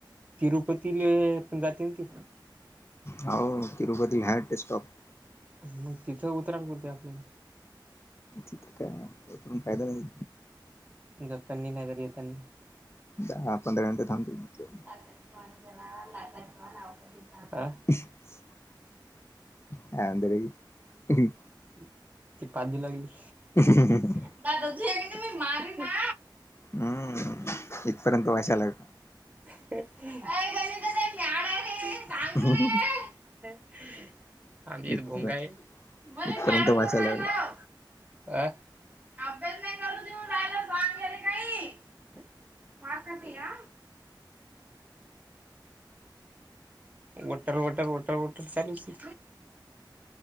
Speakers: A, on the right (about 20°); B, on the left (about 30°).
A: तिरुपतीले पण जाते ती
B: हो तिरुपती हाय ते स्टॉप.
A: मग तिथं उतराना बोलतोय आपल्याला.
B: तिथे काय उतरून फायदा नाही.
A: जातानी नाही तर येतानी.
B: दहा पंधरा मिनिटे थांबते तिथे
A: <inaudible>
B: <inaudible>
A: <inaudible>
B: <inaudible>
A: <unintelligible> ना
B: हम्म इथपर्यंत वास यालाय.
A: <inaudible>
B: <inaudible>
A: <inaudible> <inaudible>
B: इथपर्यंत इथपर्यंत वाशा लागला
A: अभ्यास नाही करू देऊन राहायला सांग रे काही मार खातीया. Water water water water water चालुच ती